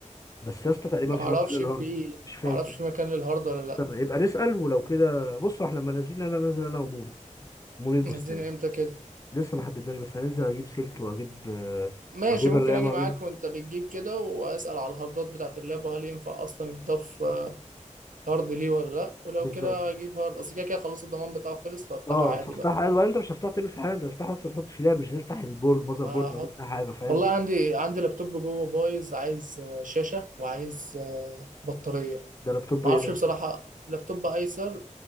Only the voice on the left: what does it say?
بس يا اسطى تقريبا
في
مكان للهارد
مش فاكر
استنى يبقى نسال ولو كده بص احنا لما نازلين انا نازل انا وموري موري البستان
لسه ما حددناش بس هننزل اجيب سلك واجيب آه،
واجيب
الرام
واجيب
بالظبط
اه
فافتحها
عادي وبعدين انت مش هتفتحها تعمل في حاجه انت هتفتحها اصلا تحط في لاب مش هتفتح البورد المذر بورد
او تفتح حاجه فاهم
ده لابتوب
ايه
ده